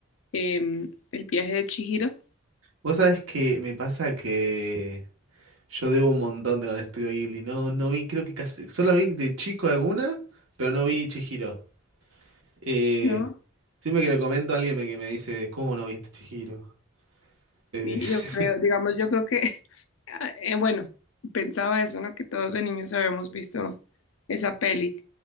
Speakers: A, on the left; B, on the right.
A: em, El viaje de Chihiro,
B: vos sabés que me pasa que yo debo un montón de con Estudio Ghibli, no, no vi, creo que casi, solo vi de chico alguna, pero no vi Chihiro. Eh,
A: ¿no?
B: siempre que le comento a alguien me- que me dice, ¿cómo no viste Chihiro? Eh,
A: Y
B: <laughs>
A: yo creo, digamos, yo creo que, <laughs> ah, eh, bueno, pensaba eso, ¿no? Que todos de niños habíamos visto esa peli.